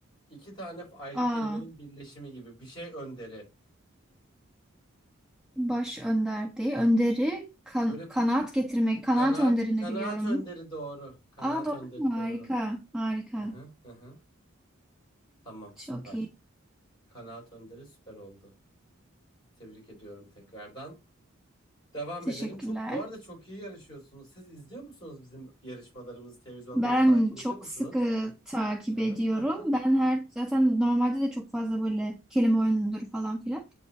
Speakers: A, on the left; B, in the centre.
A: İki tane ayrı
B: A
A: kelimenin birleşimi gibi. Bir şey önderi.
B: Baş önder değil. Önderi kan-
A: Böyle ku-
B: kanaat getirmek.
A: kanaat,
B: Kanaat önderini
A: kanaat
B: biliyorum.
A: önderi doğru. Kanaat
B: Aa doğru
A: önderi
B: mu?
A: doğru.
B: Harika. Harika.
A: Hı hı, hı hı. Tamam
B: Çok
A: süper.
B: iyi.
A: Kanaat önderi süper oldu. Tebrik ediyorum tekrardan. Devam
B: Teşekkürler.
A: edelim. Çok bu arada çok iyi yarışıyorsunuz. Siz izliyor musunuz bizim yarışmalarımızı televizyondan
B: Ben
A: takip
B: çok
A: ediyor musunuz?
B: sıkı takip
A: Hı
B: ediyorum.
A: hı, hı hı,
B: Ben her zaten normalde de çok fazla böyle kelime oyunudur falan filan.